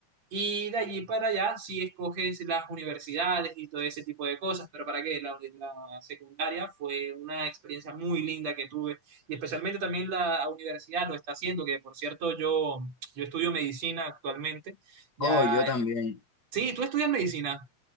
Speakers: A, on the right; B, on the left.
A: Y de allí para allá sí escoges las universidades y todo ese tipo de cosas, pero para qué, la, la secundaria fue una experiencia muy linda que tuve y especialmente también la universidad lo está haciendo, que por cierto yo, yo estudio medicina actualmente. Ya,
B: Oh, yo también.
A: sí, tú estudias medicina.